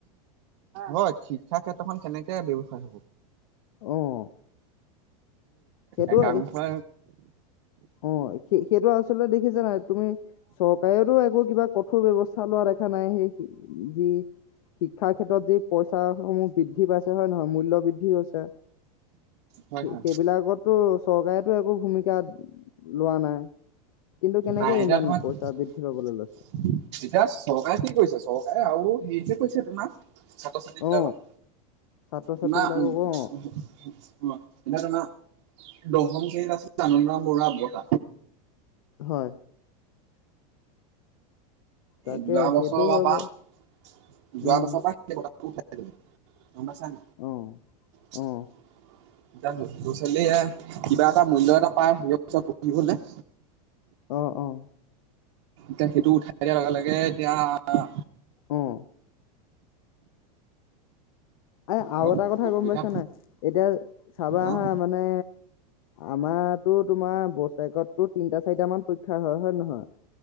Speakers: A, on the right; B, on the left.
A: হয় শিক্ষা ক্ষেত্ৰখন কেনেকে ব্যৱসায় হ'ব?
B: অ'। সেইটো,
A: একাংশই
B: অ' সেই-সেইটো আৰু দেখিছে নাই তুমি চৰকাৰেতো একো কিবা কঠোৰ ব্যৱস্থা লোৱা দেখা নাই সেই যি শিক্ষাৰ ক্ষেত্ৰত যি পইচা সমূহ বৃদ্ধি পাইছে হয় নহয় মূল্য় বৃদ্ধিছে
A: হয়
B: স
A: হয়
B: সেইবিলাকত চৰকাৰেতো একো ভূমিকা লোৱা নাই কিন্তু কেনেকে
A: নাই এতিয়া
B: ইমান
A: তোমাৰ
B: পইচা
A: এতিয়া
B: বৃদ্ধি পাবলৈ লৈছে
A: চৰকাৰে কি কৰিছে চৰকাৰে আৰু। সেই যে পইছোটো ন ছাত্ৰ- ছাত্ৰী বিলাকৰ
B: অ ছাত্ৰ ছাত্ৰী
A: তোমাৰ
B: বিলাকক
A: এতিয়া
B: অ
A: তোমাৰ দশম শ্ৰেণীত আছিল আনন্দ বৰুৱাৰ
B: হয তাকে
A: এই যোৱা বছৰৰ
B: সেইটো হয়
A: পৰা
B: বাৰু
A: যোৱা
B: উম
A: বছৰৰ পৰা উঠাই তুমি তব চান।
B: অ
A: এতিয়া
B: অ
A: ল'ৰা ছোৱালীয়ে কিবা এটা মূল্য এটা পায় সেইবোৰত পঢ়িবলৈ
B: আঁহ অঁ।
A: এতিয়া সেইটো উঠাই দিয়াৰ লগে লগে এতিয়া। অঁ
B: আহঁ এ আৰু
A: অলপ
B: এটা কথা
A: অসুবিধা
B: গম পাইছ নে এতিয়া চাবা
A: হয়।
B: আহা মানে আমাৰো তোমাৰ বচৰেকতো তিনিটা চাৰিটামান পৰীক্ষা হয় হয় নহয়।